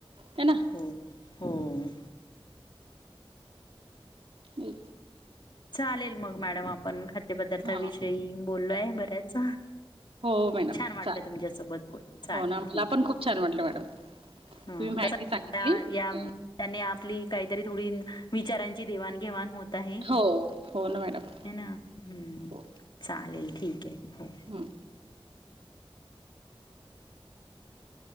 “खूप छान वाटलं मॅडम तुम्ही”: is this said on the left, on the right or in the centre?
Right